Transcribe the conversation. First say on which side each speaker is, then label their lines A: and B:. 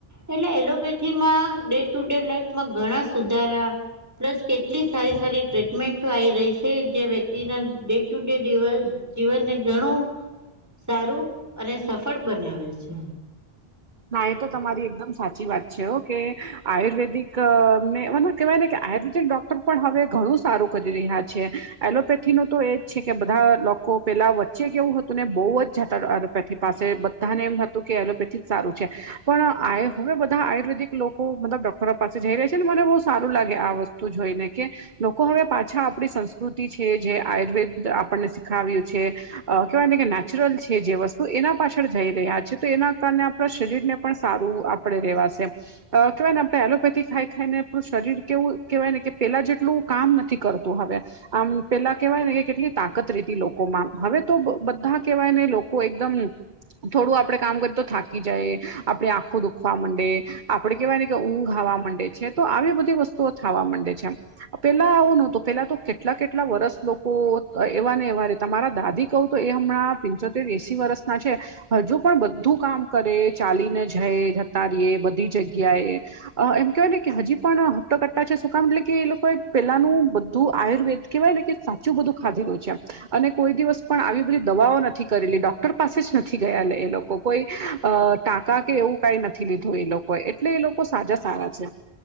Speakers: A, on the right; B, on the right.
A: એટલે એલોપેથીમાં ડે ટુ ડે લાઈફમાં ઘણા સુધારા પ્લસ કેટલી સારી સારી ટ્રીટમેન્ટો આવી રહી છે જે વ્યક્તિના ડે ટુ ડે દિવસ જીવનને ઘણું સારું અને સફળ બનાવે છે
B: ના એ તો તમારી એકદમ સાચી વાત છે કે આયુર્વેદિકને મ કહેવાય ને કે આયુર્વેદિક ડોક્ટર પણ હવે ઘણું સારું કરી રહ્યા છે, એલોપેથી નો તો એ છે કે બધા લોકો પેલા વચ્ચે કેવું હતું ને બો જ જાે પાસે હતા ને એમ હતું કે એલોપેથી સારું છે, પણ આ હવે બધા આયુર્વેદિક લોકો મતલબ ડોક્ટરો પાસે જઈ રહ્યા છે, ને મને બો સારું લાગે આ વસ્તુ તું જોય ને કે લોકો હવે પાછા આપણી સંસ્કૃતિ છે, જે આયુર્વેદ આપણને શીખાવ્યું છે અ કહેવાય ને કે નેચરલ છે, જે વસ્તુ એના પાછળ જઈ રહ્યા છે તો એના કારણે આપણા શરીર ને પણ સારું આપણેે રેવાશે કેહેવાય ને આપણે એલોપેથી ખાઈ ખાઈને આપણું શરીર કેવું કેહેવાય ને કે પેલા જેટલું કામ નથી કરતું હવે આમ પેલા કેવાય ને કે કેટલી તાકત રેતી લોકોમાં હવે તો બધા કેવાય ને લોકો એકદમ થોડું આપણે કામ કર તો થા જાય આપણે આંખો દુખવા માંડે, આપણે કેહેવાય ને કે ઊંઘ ખાવા માંડે છે, કેતો આવી બધી વસ્તુ તો થાવા માંડે છે આમ પેલા આવું નતો, પેલા તો કેટલા કેટલા વર્સ લોકો એવા ને એવા રતે તમારા દાદી કહું તો એ હમણાં પિંચોતેર એસી વર્ષના છે, હજુ પણ બધું કામ કરે ચાલીને જાય, જતા રેએ, બધી જગ્યાએ એમ કેહેવાય ને કે હજી પણ હપ્તો કટ્ટા છે, સુકામ એટલે કે એ લોકો એ પેલાનું બધું આયુર્વેદ કહેવાય ને કે સાચું બધું ખાધેલું છેમ અને કોઈ દિવસ પણ આવી બધી દવાઓ નથી કરેલી, ડોક્ટર પાસે જ નથી ગયા લે એ લોકો કોઈ અ ટાકા કે એવું કઈ નથી લીધું એ લોકોએ, એટલે એ લોકો સાજા સારા છે